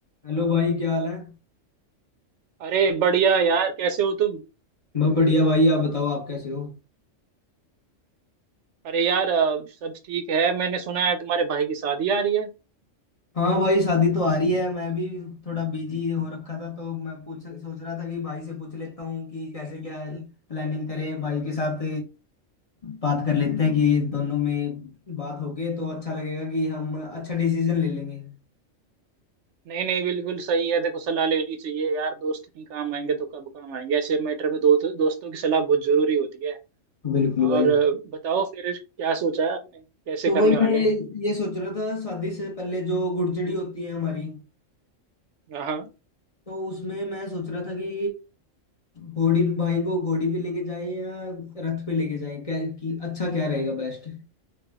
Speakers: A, on the left; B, on the right.
A: हेलो भाई क्या हाल है
B: अरे बढ़िया यार कैसे हो तुम
A: बहुत बढ़िया भाई आप बताओ आप कैसे हो
B: अरे यार अ, सब ठीक है मैंने सुना है तुम्हारे भाई की शादी आ रही है
A: हाँ भाई शादी तो आ रही है मैं भी थोड़ा बिजी हो रखा था तो मैं पूछ सोच रहा था कि भाई से पूछ लेता हूँ कि कैसे क्या प्लानिंग करें भाई के साथ बात कर लेते हैं कि दोनों में बात होके तो अच्छा लगेगा कि हम अच्छा डिसीजन ले लेंगे
B: नहीं नहीं बिल्कुल सही है देखो सलाह लेनी चाहिए यार दोस्त नहीं काम आएंगे तो कब काम आएंगे ऐसे मैटर में दो, दोस्तों की सलाह बहुत जरूरी होती है
A: बिल्कुल
B: और
A: भाई
B: अ, बताओ फिर क्या सोचा है आपने कैसे
A: तो भाई
B: करने
A: मैं
B: वाले
A: ये,
B: हैं
A: ये सोच रहा था शादी से पहले जो गुड़चड़ी होती है हमारी
B: हाँ
A: तो उसमें मैं सोच रहा था कि घोड़ी भाई को घोड़ी पे लेके जाए या रथ पे लेके जाए क्या कि अच्छा क्या रहेगा बेस्ट